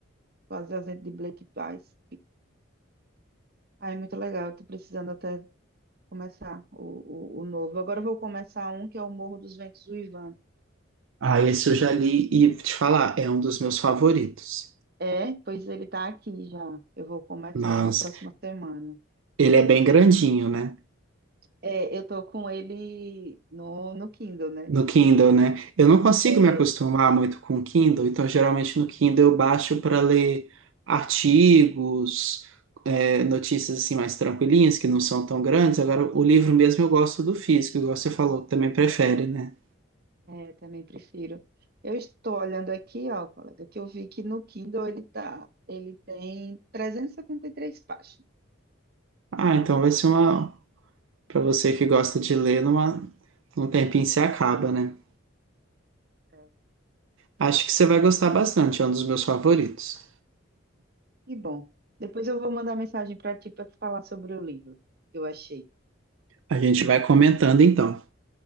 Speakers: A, on the right; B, on the right.
A: Quase Ausente de Blake Price. Ah, é muito legal, estou precisando até começar o, o, o novo. Agora eu vou começar um que é o Morro dos Ventos Uivantes.
B: Ah, esse eu já li e vou te falar, é um dos meus favoritos.
A: É, pois ele está aqui já. Eu vou começar
B: Mas
A: a próxima semana.
B: ele é bem grandinho, né?
A: É, eu tô com ele no, no Kindle, né?
B: No Kindle, né? Eu não consigo
A: É,
B: me acostumar muito com o Kindle, então geralmente no Kindle eu baixo para ler artigos, é, notícias assim mais tranquilinhas, que não são tão grandes. Agora, o livro mesmo eu gosto do físico, igual você falou, que também prefere, né?
A: É, eu também prefiro. Eu estou olhando aqui, ó, colega, que eu vi que no Kindle ele tá, ele tem e e setenta e três páginas.
B: Ah, então vai ser uma. Para você que gosta de ler, numa, num tempinho se acaba, né?
A: É,
B: Acho que você vai gostar bastante, é um dos meus favoritos.
A: Que bom. Depois eu vou mandar mensagem para ti para te falar sobre o livro que eu achei.
B: A gente vai comentando então.